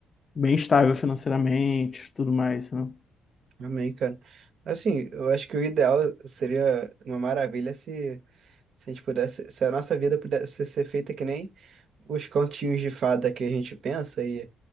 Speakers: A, on the left; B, on the right.
A: bem estável financeiramente, tudo mais, né?
B: Amém, cara. Assim, eu acho que o ideal seria uma maravilha se Se a gente pudesse, se a nossa vida pudesse ser feita que nem os continhos de fada que a gente pensa e